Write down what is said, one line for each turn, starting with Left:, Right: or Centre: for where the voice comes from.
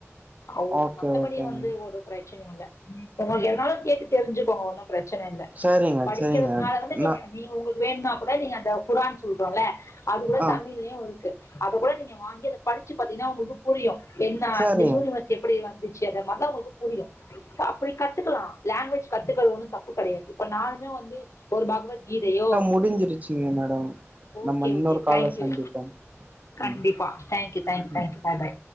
Left: அவுதா
Right: ஓகே
Left: மத்தபடி
Right: ஓகேங்க
Left: வந்து ஒரு பிரச்சனையு இல உங்களுக்கு எதனாலு கேட்டு தெரிஞ்சுக்கோங்க ஒன்னு பிரச்சன இல்ல
Right: சரிங்க
Left: படிக்கிறதுனால
Right: சரிங்க
Left: வந்து நீங்க
Right: நா
Left: நீ உங்களுக்கு ப்ப கூட நீங்க அந்த குரான் சொல்றோல்ல அது கூட
Right: ஆ
Left: தமிழ்லயு இருக்கு அது கூட நீங்க வாங்கி அத படிச்சி பாத்தீங்கன்னா உங்களுக்கு புரியு என்னா
Right: சரிங்க
Left: இந்த யூனிவர்ஸ் எப்பிடி வந்து ச்ச அத மாரிதா உங்களுக்கு புரியு அப்பிடி கத்துக்கலா லங்குவேஜ் கத்துக்றது ஒன்னு தப்பு கெடையாது இப்ப நானுமே வந்து ஒரு பகவத்கீதையோ
Right: முடிஞ்சிருச்சிங்க மேடம்
Left: ஓகே
Right: நம்ம இன்னொரு
Left: ஓகே
Right: கால்ல
Left: தேங்க்யூ
Right: சந்திப்போ
Left: கண்டிப்பா
Right: ம்
Left: தேங்க்யூ தேங்க்யூ தேங்க்யூ
Right: ம்
Left: பாய் பாய்